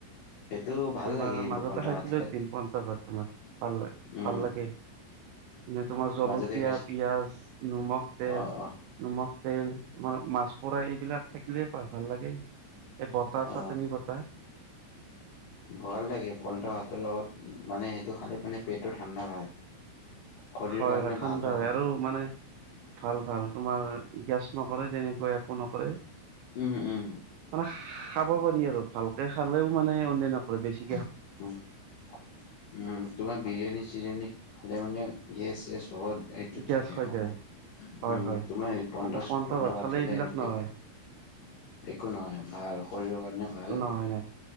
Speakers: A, on the left; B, on the right.
A: সেইটো ভাল
B: তোমাৰ
A: লাগে কিন্তু
B: মাজতে
A: পন্টা
B: খাইছিলো
A: ভাত খাত
B: এদিন পণ্টা ভাত তোমাৰ ভাল-ভাল
A: উম
B: লাগে। নে তোমাৰ জলকীয়া,
A: মাজতে খাইছো
B: পিয়াঁজ, নিমখ, তেল
A: অ অ
B: নিমখ, তেল, তোমাৰ মাছ পুৰা এইবিলাক থাকিলে ভাল লাগে, এই বতা
A: অ
B: চাটনি বতা।
A: ভাল লাগে পণ্টা ভাতৰ লগত মানে সেইটো খালে মানে পেটো ঠাণ্ডা হয়। শৰীৰ
B: হয়-হয়
A: কাৰণে
B: ঠাণ্ডা
A: ভালো
B: হয়, আৰু মানে ভাল-ভাল তোমাৰ গেছ নকৰে, তেনেকুৱা একো নকৰে।
A: উম-উম-উম
B: মানে খাব পাৰি আৰু ভালকে খালেও মানে অনন্যাই নকৰে বেছি
A: উম, উম তোমাৰ বিৰিয়ানী-চিৰিয়ানী ভালে মানে গেছ-চেছ চবত এইটোত
B: গেছ
A: থাকে
B: হৈ
A: সম্ভৱ।
B: যায় হয়
A: উম
B: হয়
A: তোমাৰ এই পণ্টাচপণ্টা
B: কিন্তু পন্থা
A: ভাত খালে
B: এইবিলাক নহয়
A: একো একো নহয় ভাল শৰীৰৰ কাৰণে। ভাল
B: নহয় নাই,